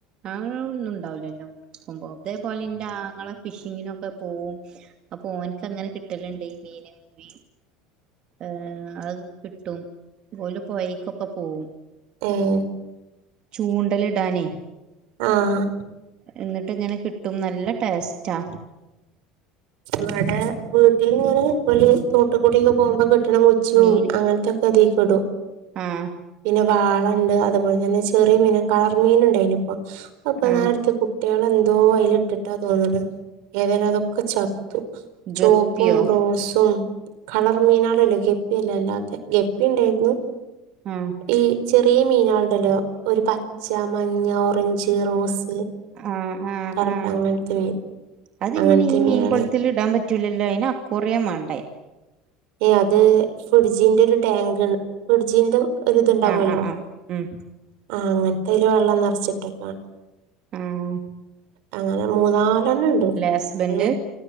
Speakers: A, on the right (about 40°); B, on the right (about 70°).
A: ആ ഒന്നും ഉണ്ടാവില്ലല്ലോ മുക്കുമ്പോ അതേപോലെ ഇന്റെ ആങ്ങള ഫിഷിങ്ങിനൊക്കെ പോവും അപ്പോന്ക്ക് അങ്ങനെ കിട്ടലുണ്ട് ഈ മീന് മീ ഏ അത് കിട്ടും ഓല് പൊഴിക്കൊക്കെ പോവും.
B: ഏഹ്
A: ചൂണ്ടലിടാനെ.
B: ആഹ്
A: എന്നിട്ട് ഇങ്ങനെ കിട്ടും നല്ല ടേസ്റ്റാ.
B: നമ്മടെ വീട്ടിലിങ്ങനെ വല് കൂടിയൊക്കെ പോകുമ്പോ കിട്ടണ മുജ്ജും
A: മീന്
B: അങ്ങനത്തെക്കെ അതീക്കടും.
A: ആഹ്
B: പിന്നെ വാളണ്ട് അതുപോലെ തന്നെ ചെറിയ മീൻ കളർമീൻ ഉണ്ടായിന് ഇപ്പ അപ്പൊനേരടുത്ത്
A: ആഹ്
B: കുട്ടികളന്തോ അയിൽ ഇട്ടിട്ടാ തോന്നണ് ഏതായാലും അതൊക്കെ ചത്തു. ചോപ്പും
A: ഗപ്പിയോ
B: റോസും കളർ മീനാളില്ലേ ഗപ്പില്ലേ അല്ലാത്ത ഗപ്പി ഉണ്ടായിരുന്നു.
A: ഉം
B: ഈ ചെറിയ മീനുകളുണ്ടല്ലോ ഒരു പച്ച, മഞ്ഞ, ഓറഞ്ച്, റോസ് പ്പ്
A: ആഹ് ആഹ്
B: കറപ്പ്
A: ആഹ്
B: അങ്ങത്തെ മീൻ
A: അതിങ്ങനെ
B: അങ്ങനത്തെ
A: ഈ മീൻകുളത്തി
B: മീനാള്
A: ഇടാൻ പറ്റൂലല്ലോ അയിന് അക്വാറിയംമേണ്ടേ?
B: ഏയ് അത് ഫിഡിജിന്റെ ഒരു ടാങ്ക്ണ് ഫിഡിജിന്റെ ഒരിതുണ്ടാവുമല്ലോ
A: ആഹ് ആഹ് ആഹ് ഉം
B: ആഹ് അങ്ങനത്തെൽ വെള്ളം നിറച്ചിട്ടേക്കാണ്
A: ഉം
B: അങ്ങനെ മൂന്നാലെണ്ണം ഉണ്ട്
A: ഹസ്ബൻഡ്
B: ഉം